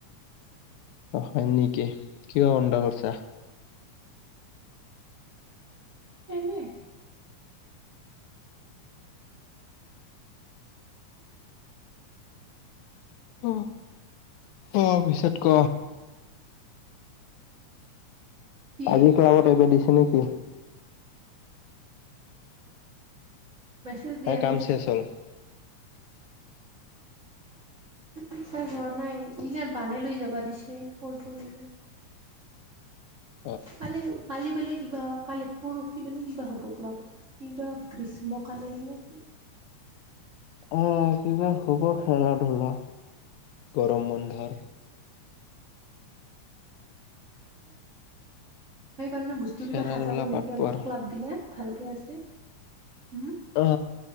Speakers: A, on the left (about 80°); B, on the right (about 85°).
A: অ হয় নেকি, কিয় বন্ধ কৰিছা?
B: এনে।
A: অ অ পিছত ক।
B: কি
A: আজি ক্লাবত আহিব দিছে নেকি?
B: মেছেজ দিয়া
A: না কাম
B: নাইচোন।
A: চেচ হ'ল?
B: ইচ্ছা হোৱা নাই ইনে বানে লৈ যাবা দিছে ফল থুলবিল।
A: <unintelligible>
B: কালি কালি বোলে কিবা কালি পৰশি বোলে কিবা হ'ব ক্লাবত। কিবা গ্ৰীষ্মকালীন নে কি।
A: অ কিবা হ'ব খেলা ধূলা গৰম বন্ধৰ।
B: সেইকাৰণে বস্তু
A: খেলা
B: কিবা সাজাব
A: ধূলা
B: নেকি
A: বাদ
B: অলপ
A: পৰ।
B: ক্লাপ গিলে। ভালকে আছে উম।
A: অ